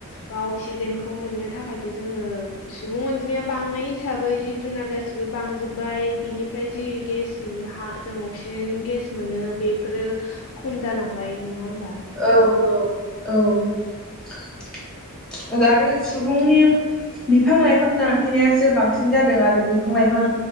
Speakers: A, on the left; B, in the centre.
A: बा अक्सिजेनखौ मोननो थाखायथ' जोंङो सुबुं अनजिमाया बांनाय हिसाबै जिब जुनार गासिबो बांजोब्बाय बिनि ओमफ्राय जि गेस हा जों अक्सिजेन गेस मोनो बेफोरो खम जालांबाय नंङा होमबा
B: औ औ औ आरो सुबुंनि बिफां लाइफां दानफायनायासो बांसिन जादों आरो बिफां लाइफां